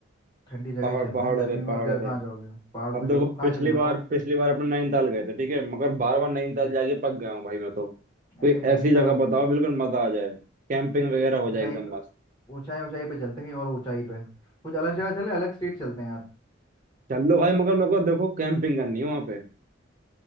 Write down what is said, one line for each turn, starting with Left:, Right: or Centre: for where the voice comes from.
Left: ठंडी जगह
Right: पहाड़
Left: ही चलना
Right: पहाड़ों
Left: है गर्मी
Right: पे पहाड़ों
Left: में और क्या
Right: पे
Left: कहाँ जाओगे पहाड़ों
Right: अब
Left: पे चढ़ो
Right: देखो
Left: कहाँ
Right: पिछली
Left: चलें बताओ
Right: बार पिछली बार अपने नैनीताल गए थे ठीक है मगर बार बार नैनीताल
Left: हम्म,
Right: जाके पक गया हूँ भाई मैं तो कोई
Left: अरे नैनीताल
Right: ऐसी जगह
Left: अब
Right: बताओ बिल्कुल मजा आ जाए कैंपिंग वगैरह हो
Left: ऊंचाई
Right: जाए एकदम
Left: प-
Right: मस्त
Left: ऊंचाई ऊंचाई पे चलते हैं कहीं और ऊंचाई पे कुछ अलग जगह चले अलग स्टेट चलते हैं यार
Right: चल लो भाई मगर मेरे को देखो कैंपिंग करनी है वहां पे